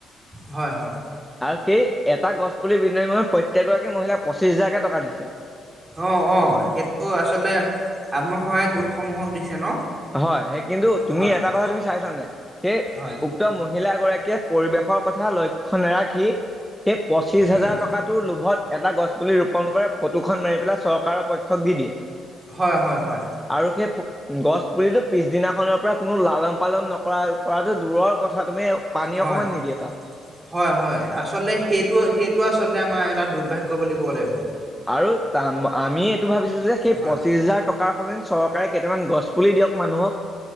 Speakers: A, on the right; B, in the centre.
A: হয় হয়
B: আৰু সেই এটা গছ বুলি বি প্ৰত্যেকগৰাকী মহিলাক পচিছ হাজাৰকে টকা দিছে।
A: অ' অ', সেইটো আচলতে আত্মসহায়ক গোটসমূহক দিছে ন।
B: হয় সেই কিন্তু তুমি
A: হয়
B: এটা
A: হয়
B: কথা তুমি চাইচা নে নাই, সেই
A: হয়
B: উক্ত মহ মহিলাগৰাকীয়ে পৰিৱেশৰ কথা লক্ষ্য নাৰাখি সেই পঁচিশ
A: উম
B: হাজাৰ টকাটো লোভত এটা গছ পুলি ৰোপন কৰে, ফটোখন মাৰি পেলাই চৰকাৰৰ পক্ষক দি দিয়ে।
A: হয় হয় হয়।
B: আৰু সেই গছ পুলিতো পিছদিনাখনৰ পৰা কোনো লালন পালন নকৰা কৰাটো দূৰৰ কথা তুমি পানী
A: হয়
B: অকমান নিদিয়ে তাত
A: হয় হয়, আচলতে সেইটো সেইটো আচলতে আমাৰ। এটা দুৰ্ভাগ্য বুলি ক'ব লাগিব।
B: আৰু তামা। আমি এইটো ভাবিছো যে, সেই
A: হয়
B: পচিছ হাজাৰ টকা। চৰকাৰে কেইটামান গছপুলি দিয়ক মানুহক।